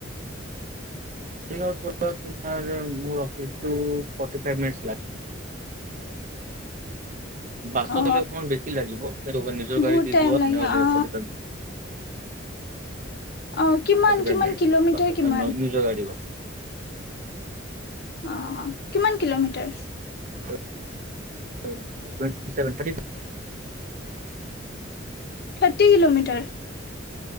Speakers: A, on the right; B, on the left.
A: <unintelligible>
B: <inaudible>
A: বাছত
B: অ
A: হ'লে অকণমান বেছি লাগিব তেওঁলোকে নিজৰ গাড়ী
B: বহুত
A: দি
B: টাইম
A: যোৱা
B: লাগে
A: তেনেহলে
B: অ
A: ফৰটিফাইব
B: অ কিমান
A: ফৰটিফাইভ
B: কিমান
A: মিনিটত
B: কিলোমিটাৰ কিমান
A: <unintelligible>
B: অ অ কিমান কিলোমিটাৰ।
A: <unintelligible>
B: থাৰ্টি কিলোমিটাৰ